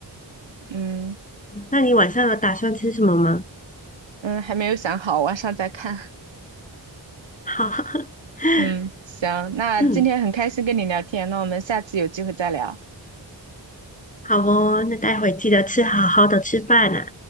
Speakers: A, on the right; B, on the left.
A: 嗯
B: 那你晚上有打算吃什么吗？
A: 嗯，还没有想好，晚上再看。
B: 好，<laughs>
A: 嗯，行，那今天很开心跟你聊天，
B: 嗯，
A: 那我们下次有机会再聊。
B: 好哦，那待会记得吃好好的吃饭啊，